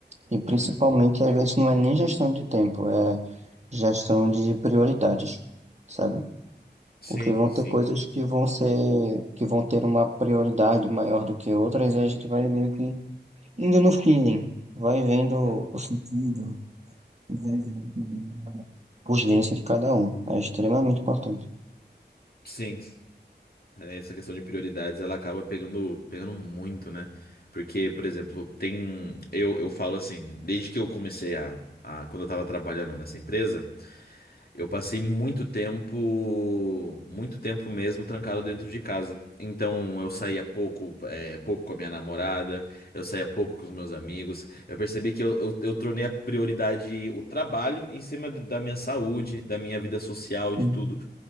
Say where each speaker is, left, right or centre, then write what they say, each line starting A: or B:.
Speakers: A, on the right (about 40°); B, on the left (about 55°).
A: E principalmente,
B: Uhum.
A: às vezes, não é nem gestão de tempo, é gestão de prioridades, sabe?
B: Sim,
A: Porque vão
B: sim.
A: ter coisas que vão ser, que vão ter uma prioridade maior do que outras, e a gente vai meio que indo no feeling, vai vendo
B: É.
A: o sentido, e vai vendo também a urgência de cada um. É extremamente importante.
B: Sim, É, Essa questão de prioridades, ela acaba pegando, pegando muito, né? Porque, por exemplo, tem. Eu, eu falo assim, desde que eu comecei a, a. Quando eu tava trabalhando nessa empresa, eu passei muito tempo. Muito tempo mesmo trancado dentro de casa. Então, eu saía pouco, é, pouco com a minha namorada, eu saía pouco com os meus amigos. Eu percebi que eu, eu, eu tornei a prioridade o trabalho em cima da minha saúde, da minha vida social,
A: Hum,
B: de tudo.